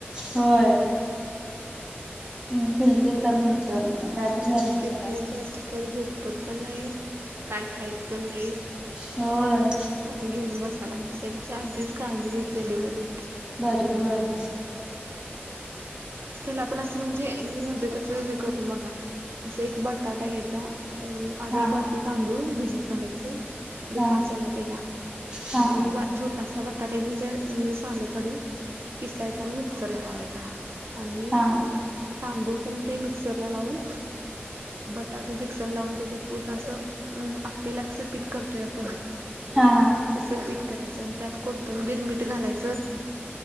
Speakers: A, on the right; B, on the right.
A: हम हम्म किलतीिरतर नंतर काय तर झालं
B: हो
A: की
B: किरकिरचा
A: जरा
B: आ तर पर झोपत पण नाहीत काय खायत पण नाहीत
A: होय
B: आणि घेऊन बसायला त्यापेक्षा आधीच काळजी घेतलेली बरी
A: बर होय
B: चला आपण असं म्हणजे मी म्हणतेो तसं करून बघा असं एक बटाटा घ्यायचा अ आधी
A: हा
B: एक वाटी तांदूळ भिजत घालायचं दुपारच्याला
A: हा
B: त्याला
A: हा
B: आणि
A: हा
B: वा छोटा वाट बटाटे म्हणजे सालं काढून किसायच आणि मिक्सर ला लावायचा आणि
A: हा
B: तांदूळ पण ते मिक्सरला लावून बटाटो मिक्सर लावून त्याचं पूर्ण असं अं आपेला कसं पीठ करतोय आपण
A: हा हा
B: तस पीठ करायचं आणि त्यात कोथंबीरमीठ घालायचं